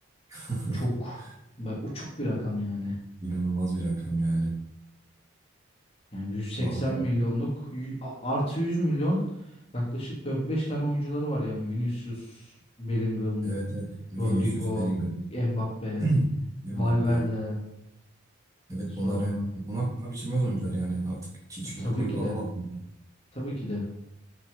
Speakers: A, on the right; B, on the left.
A: <laughs>
B: Çok be- uçuk bir rakam yani.
A: inanılmaz bir rakam yani.
B: Yani 180
A: Vallahi
B: milyonluk y- a- artı yüz milyon yaklaşık dört beş tane oyuncuları var yani Vinicius, Bellingham,
A: evet evet. Vinicius,
B: Rodrigo,
A: Bellingham,
B: Mbappe,
A: <clears throat> Mbappe.
B: Valverde
A: Evet
B: sonra.
A: bunlar yani bunlar para biçilmez oyuncular yani artık hiç
B: E, tabii
A: kimse kulüp
B: ki
A: alamadı
B: de.
A: bunları.
B: Tabii ki de.